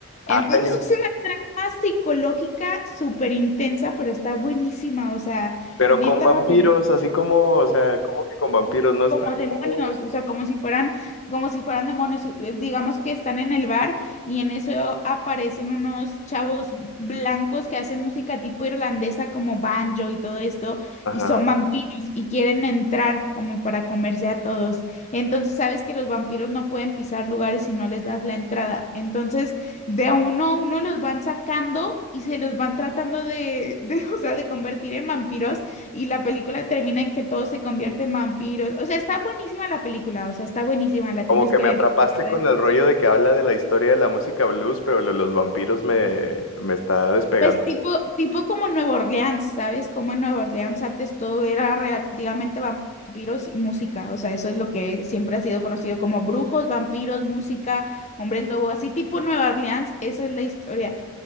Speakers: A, on the left (about 80°); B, on the left (about 35°).
A: Ah,
B: Entonces
A: cañón.
B: es una trama psicológica súper intensa, pero está buenísima. O sea,
A: Pero
B: neta
A: con vampiros,
B: la película
A: así como, o sea, como que con vampiros no está
B: como
A: como
B: demonios,
A: muy...
B: o sea, como si fueran, como si fueran demonios. Eh, Digamos que están en el bar y en eso aparecen unos chavos blancos que hacen música tipo irlandesa como banjo y todo esto,
A: Ajá.
B: y son vampiros y quieren entrar como para comerse a todos. Entonces sabes que los vampiros no pueden pisar lugares si no les das la entrada. Entonces de uno a uno los van sacando y se los van tratando de, <laughs> de, o sea, de convertir en vampiros y la película termina en que todos se convierten en vampiros. O sea, está buenísima la película, o sea, está buenísima, la
A: Como
B: tienes
A: que
B: que
A: me
B: ver.
A: atrapaste
B: porque la
A: con
B: verdad-
A: el rollo de que habla de la historia de la música blues, pero lo de los vampiros me, me está despegando.
B: Pues tipo, tipo como Nueva Orleans, ¿sabes? Como en Nueva Orleans antes todo era relativamente vampiros y música. O sea, eso es lo que siempre ha sido conocido como brujos, vampiros, música, hombres lobo, así tipo Nueva Orleans, esa es la historia.